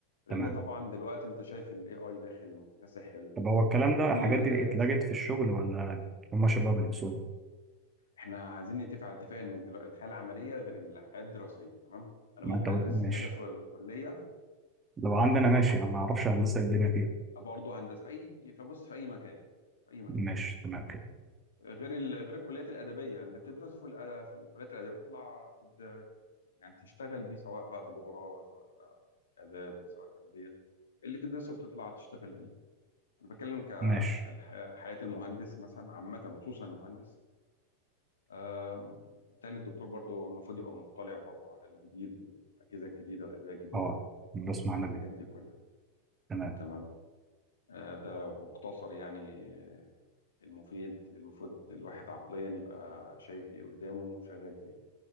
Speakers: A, on the left (about 65°); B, on the right (about 20°).
A: لان
B: تمام
A: طبعا دلوقتي انت شايف الاي اي داخل مكتسح ال...
B: طب هو الكلام ده
A: كل
B: الحاجات
A: المجالات
B: دي اتلجت في الشغل ولا هم شالوها من نفسهم
A: احنا عايزين نتفق على اتفاق ان دلوقتي الحياه العمليه غير الحياه الدراسيه تمام انا
B: ما
A: ممكن
B: انت قلت-
A: ادرس
B: ماشي
A: حاجه في الكليه
B: لو
A: تمام
B: عندنا ماشي انا ما اعرفش هندسه إيه الدنيا فيها
A: برضه هندسه في اي فبص في اي مكان في اي مكان
B: ماشي تمام كده
A: غير ال... غير الكليات الادبيه اللي بتدرسه في الأ... في الكليات الادبيه بتطلع تد... يعني تشتغل بيه سواء بقى تجاره سواء آه، اداب سواء تربيه اللي بتدرسه بتطلع تشتغل بيه انا بتكلم ك
B: ماشي
A: كالحياه حياه المهندس مثلا عامه وخصوصا المهندس آم، بالتالي الدكتور برضه المفروض يبقى مطلع برضه على الجديد والاجهزه الجديده والادويه الجديده
B: اه بس معنى
A: الحاجات
B: دي
A: دي كلها
B: تمام
A: تمام آه، ده مختصر يعني المفيد المفروض الواحد عقليا يبقى شايف ايه قدامه وشغال فيه